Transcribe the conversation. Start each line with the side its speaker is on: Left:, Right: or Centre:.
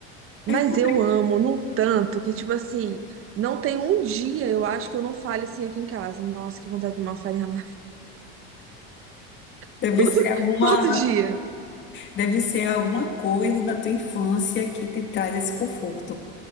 Right: Mas
Left: É compreensível.
Right: eu amo num tanto que, tipo assim, não tem um dia, eu acho, que eu não fale assim aqui em casa. Nossa, que vontade de tomar uma farinha lá. <laughs>
Left: Deve
Right: Todo,
Left: ser alguma,
Right: todo dia.
Left: deve ser alguma coisa da tua infância que te traz esse conforto